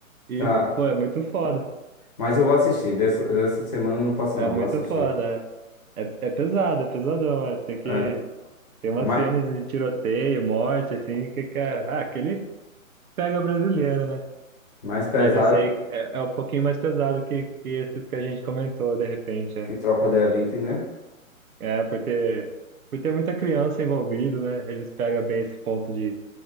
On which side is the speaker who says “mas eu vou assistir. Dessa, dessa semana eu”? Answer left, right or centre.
Left